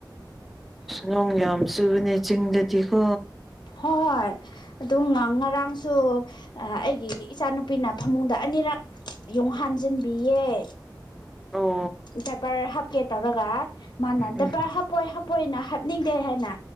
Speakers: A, in the centre; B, on the left.
A: ꯅꯣꯡ ꯂꯝꯁꯨꯕꯅꯤ ꯆꯤꯡꯗꯗꯤꯀꯣ
B: ꯍꯣꯏ ꯍꯣꯏ ꯑꯗꯨ ꯉꯔꯥꯡꯁꯨ ꯑꯩꯒꯤ ꯏꯆꯥꯅꯨꯄꯤꯅ ꯐꯃꯨꯡꯗ ꯑꯅꯤꯔꯛ ꯌꯣꯡ ꯍꯥꯟꯖꯟꯕꯤꯌꯦꯦ
A: ꯑꯣ
B: ꯗꯦꯄꯔ ꯍꯥꯞꯀꯦ ꯇꯧꯔꯒ ꯃꯥꯅ
A: ꯎꯝ
B: ꯗꯦꯄꯔ ꯍꯥꯞꯄꯣꯏ ꯍꯥꯞꯄꯣꯏꯅ ꯍꯥꯞꯅꯤꯡꯗꯦ ꯍꯥꯏꯅ